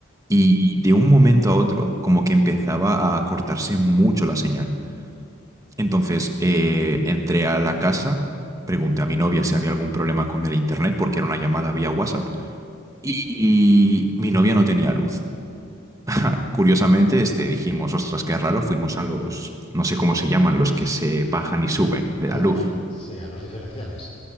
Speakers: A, on the right; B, on the left.
A: y de un momento a otro como que empezaba a cortarse mucho la señal. Entonces eh, entré a la casa, pregunté a mi novia si había algún problema con el internet porque era una llamada vía WhatsApp y, y mi novia no tenía luz. <laughs> Curiosamente, este, dijimos, ostras, qué raro, fuimos a los, no sé cómo se llaman, los que se bajan y suben de
B: A
A: la luz.
B: los, sí, a los diferenciales.